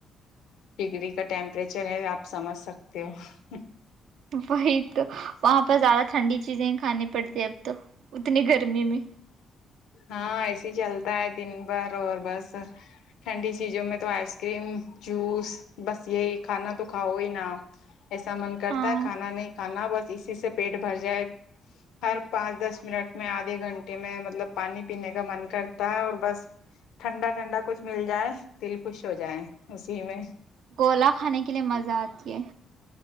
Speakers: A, on the left; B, on the right.
A: ڈگری کا ٹیمپریچر ہے آپ سمجھ سکتے ہو
B: وہی تو وہاں پر زیادہ ٹھنڈی چیزیں ہیں کھانے پہ پڑتی اب تو اتنی گرمی میں
A: ہاں ایسے ہی چلتا ہے دن بھر اور بس ٹھنڈی چیزوں میں تو آئس کریم جوس بس یہی کھانا تو کھاؤ ہی نا ایسا من کرتا
B: ہاں
A: ہے کھانا نہیں کھانا بس اسی سے پیٹ بھر جائے ہر پانچ دس منٹ میں آدھے گھنٹے میں مطلب پانی پینے کا من کرتا ہے اور بس ٹھنڈا ٹھنڈا کچھ مل جائے دل خوش ہو جائے اسی میں
B: گولا کھانے کے لیے مزہ آتی ہے